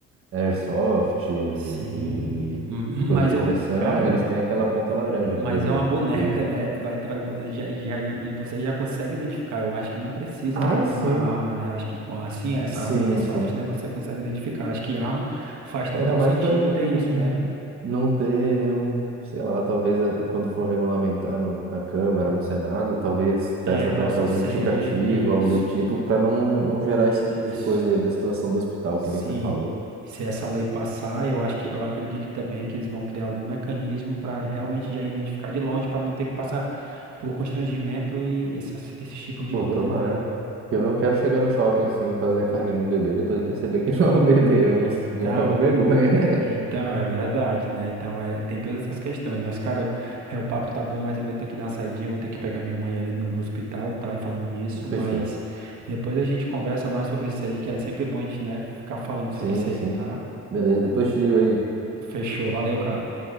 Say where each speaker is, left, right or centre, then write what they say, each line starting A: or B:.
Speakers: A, on the right; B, on the right.
A: airsoft e
B: Sim, <laughs> m-
A: coisa
B: mas
A: de
B: eu,
A: pressão,
B: cara,
A: eles têm aquela ponta laranja,
B: Mas
A: por exemplo,
B: é uma boneca,
A: que
B: né? Tu vai, tu vai, bo- já, já, e você já consegue identificar. Eu acho que não precisa,
A: Ah,
B: né? Que
A: sim,
B: nenhuma arma, né? Eu acho que com assim, essa
A: sim,
B: arma do iSoft,
A: sim.
B: né? Você consegue identificar. Acho que arma faz total
A: Era mais
B: sentido
A: para não
B: ter isso, né?
A: não ter nenhum, sei lá, talvez eh, quando for regulamentar no, na Câmara, no Senado, talvez peça
B: É, possa
A: para ter algum
B: ser
A: indicativo,
B: isso.
A: algo do tipo, para não, não gerar
B: Isso.
A: esse tipo de coisa aí da situação do hospital,
B: Sim.
A: que nem você falou.
B: Se essa lei passar, eu acho que eu acredito também que eles vão criar algum mecanismo para realmente já identificar de longe, para não ter que passar por constrangimento e esse, esse tipo de
A: Pô,
B: coisa,
A: tomara.
B: né, cara?
A: Eu não quero chegar no shopping assim e fazer carinho no bebê, depois perceber que <laughs> não é um bebê, eu
B: Então,
A: vou, vou ficar com vergonha, né?
B: Então, é verdade, né? Então, é, tem todas essas questões. Mas, cara, é, o papo tá bom, mas eu vou ter que dar uma saidinha, eu vou ter que pegar minha mãe ali no, no hospital, tá? E falando nisso,
A: <laughs> Fechou.
B: mas depois a gente conversa mais sobre isso aí, que é sempre bom a gente, né, ficar falando
A: Sim,
B: sobre isso aí,
A: sim.
B: tá?
A: Beleza, depois te ligo aí.
B: Fechou, valeu, cara.